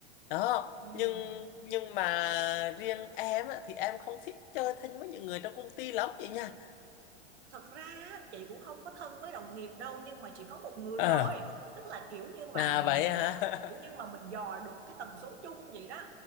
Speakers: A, on the left; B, on the right.
A: đó
B: Ừ.
A: nhưng nhưng mà riêng em á, thì em không thích chơi thân với những người trong công ty lắm chị nha
B: thật ra á, chị cũng không có thân với đồng nghiệp đâu nhưng mà chỉ có một người
A: à,
B: thôi tức là kiểu như mà
A: à
B: mình
A: vậy
B: mình
A: hả <laughs>
B: kiểu như mà mình dò được cái tần số chung vậy đó